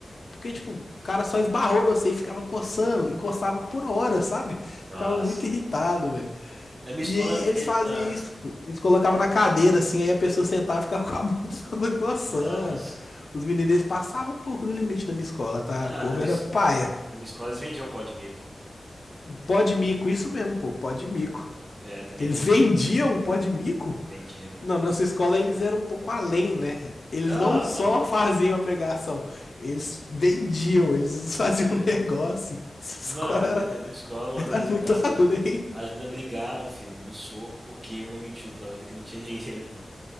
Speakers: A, on the left; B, on the right.
A: Porque, tipo, o cara só esbarrou no você e ficava coçando. E coçava por horas, sabe? Ficava
B: Nossa.
A: muito irritado, velho.
B: Na minha
A: E
B: escola.
A: aí
B: eh,
A: eles faziam
B: ah,
A: isso, pô. Eles colocavam
B: eh,
A: na cadeira, assim, aí a pessoa sentava e ficava com a <laughs> mão toda coçando.
B: nossa.
A: Os meninos eles passavam um pouco do limite na minha escola, tá?
B: Ah,
A: O povo
B: na minha,
A: era
B: es-
A: paia.
B: na minha escola eles vendiam pó de mico.
A: Pó de mico, isso mesmo, pô, pó de mico.
B: É, também
A: Eles
B: vendiam.
A: vendiam um pó de mico?
B: Vendia, mano.
A: Não, nossa escola eles eram um pouco além, né? Eles
B: Ah,
A: não só
B: mano.
A: faziam a pregação, eles vendiam, eles
B: É.
A: <laughs> faziam um negócio. Essa
B: Mano,
A: escola era,
B: <laughs> na minha escola uma
A: era
B: vez
A: muito
B: as, as,
A: além.
B: as meninas brigaram, filho, no soco, porque uma mentiu pra outra que não tinha dinheiro, mano.